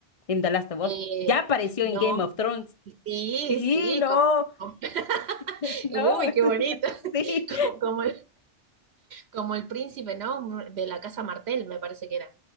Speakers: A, on the left; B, on the right.
A: En The Last of Us.
B: Eh,
A: Ya apareció
B: no,
A: en Game of Thrones.
B: sí,
A: Sí,
B: sí,
A: no,
B: como, como- <laughs>
A: <laughs> no.
B: uy, qué
A: <laughs>
B: bonito, <laughs>
A: Sí.
B: como, como Como el príncipe, ¿no? De la casa Martel, me parece que era.